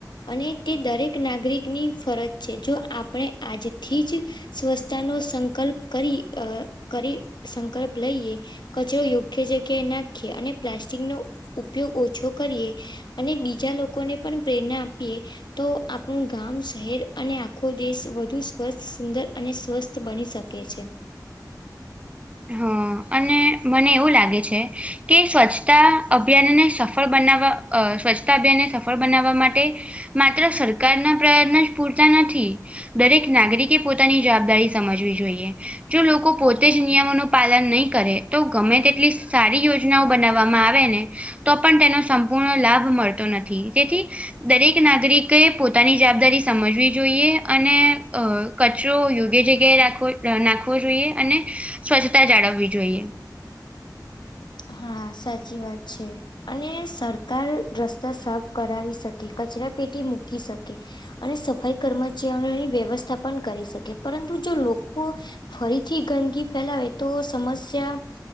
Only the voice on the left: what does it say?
અને તે દરેક નાગરિકની ફરજ છે જો આપણે આજથી જ, સ્વચ્છતા નો સંકલ્પ કરી અ કરી સંકલ્પ લઈએ. કચરો યોગ્ય જગ્યાએ નાખીએ અને પ્લાસ્ટિકનો ઉપયોગ ઓછો કરીએ. અને બીજા લોકોને પણ પ્રેરણા આપીએ, તો આપણું ગામ, શહેર અને આખો દેશ વધુ સ્વસ્થ સુંદર અને સ્વસ્થ બની શક કે છે.
હા સાચી વાત છે. અને સરકાર રસ્તા સાફ કરાવી શકે, કચરા પેટી મૂકી શકે, અને સફાઈ કર્મચારીઓની વ્યવસ્થા પણ કરી શકે પરંતુ જો લોકો, ફરીથી ગંદગી ફેલાવે તો સમસ્યા